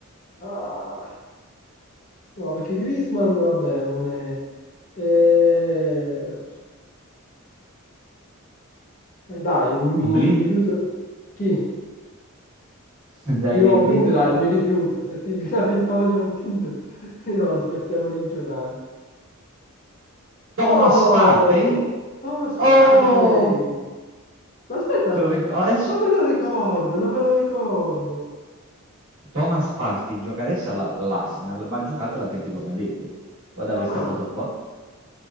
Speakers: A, on the left; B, on the right.
A: Ah, no, perché Griezmann, vabbè, non è... Eh, Eh, dai, mi,
B: Blind?
A: mi rifiuto. Chi?
B: <laughs> Dai
A: Di nuovo
B: dei blind?
A: Blind, dai,
B: No.
A: non mi rifiuto. Se ti <laughs> capitavo di nuovo Blind, <laughs> io lo smettevo di giocare.
B: Thomas
A: Oh,
B: Partey?
A: Thomas
B: Oh!
A: Barclay. Ma aspetta,
B: Quello
A: ma-
B: che gio- adesso...
A: non me lo ricordo, non me lo ricordo.
B: Thomas Partey gioca adesso alla- all'Arsenal, ma ha giocato all'Atletico Madrid. Guarda
A: Ah,
B: questa foto qua.